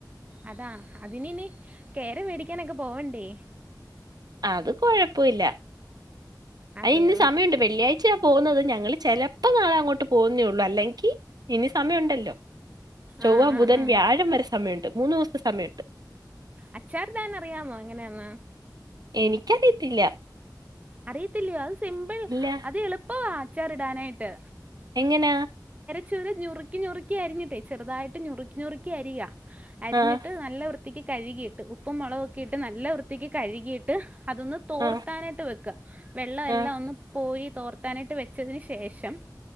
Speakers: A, on the right; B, on the right.
A: അതാ അതിനിനി കയറി മേടിക്കാനൊക്കെ പോവണ്ടേ..
B: അത് കൊഴപ്പോല്ല്യാ.
A: അതെയോ
B: അയിന് സമയമുണ്ട് വെള്ളിയാഴ്ച പോകുന്നത് ഞങ്ങള് ചെലപ്പോ നാളെ അങ്ങോട്ട് പോവുന്നേള്ളു അല്ലെങ്കി ഇനി സമയണ്ടല്ലോ. ചൊവ്വ
A: ആഹ് ആഹ്
B: ബുധൻ
A: ആഹ്
B: വ്യാഴം വരെ സമയണ്ട് മൂന്നു ദിവസത്തെ സമയണ്ട്.
A: അച്ചാറിടാൻ അറിയാമോ എങ്ങനെയാന്ന്.
B: എനിക്കറിയത്തില്ല.
A: അറിയത്തില്ലയോ അത് സിമ്പിൾ
B: ഇല്ല
A: അത് എളുപ്പവാ അച്ചാർ ഇടാനായിട്ട്.
B: എങ്ങനാ
A: ചെറു നുറുക്കി നുറുക്കി അരിഞ്ഞിട്ടെ ചെറുതായിട്ട് നുറുക്കി നുറുക്കി അരിയാ അരിഞ്ഞിട്ട്
B: ആഹ്
A: നല്ല വൃത്തിക്ക് കഴുകിയിട്ട് ഉപ്പും മുളകൊക്കിയിട്ട് നല്ല വൃത്തിക്ക് കഴുകിയിട്ട് അതൊന്ന് തോർത്താനായിട്ട്
B: ആഹ്
A: വയ്ക്ക വെള്ളമെല്ലാം
B: ആഹ്
A: ഒന്ന് പോയി തോർത്താനായിട്ട് വെച്ചതിന് ശേഷം.